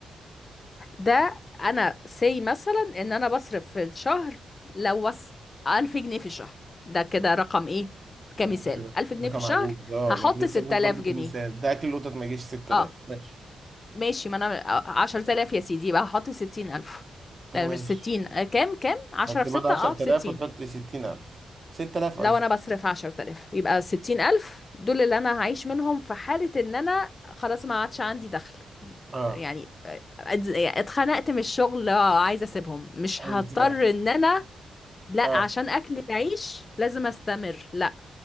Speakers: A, on the left; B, on the right.
A: ده انا سي مثلا ان انا بصرف في الشهر لو وص ألف جنيه في الشهر ده كده رقم ايه كمثال
B: مم، كده
A: ألف جنيه
B: رقم
A: في الشهر
B: عجوز اه
A: هحط
B: ما انا لسه
A: ستة
B: بقول
A: آلاف
B: برضه كمثال
A: جنيه
B: ده اكل القطط ما يجيش 6000
A: اه
B: ماشي
A: ماشي ما انا عشرة آلاف يا سيدي يبقى هحط ستين ألف لا
B: ماشي
A: مش ستين آه، كام كام عشرة
B: هتبقى
A: في ستة
B: برضه 10000
A: اه بستين
B: وتحط 60000 6000
A: لو
B: قصدي
A: انا بصرف عشرة آلاف يبقى ستين ألف دول اللي انا هعيش منهم في حالة ان انا خلاص ما عادش عندي دخل
B: اه
A: يعني اتز- اتخنقت من الشغل آه، عايزة اسيبهم مش
B: حلو
A: هضطر
B: كده.
A: ان انا لا
B: اه
A: عشان اكل العيش لازم استمر لا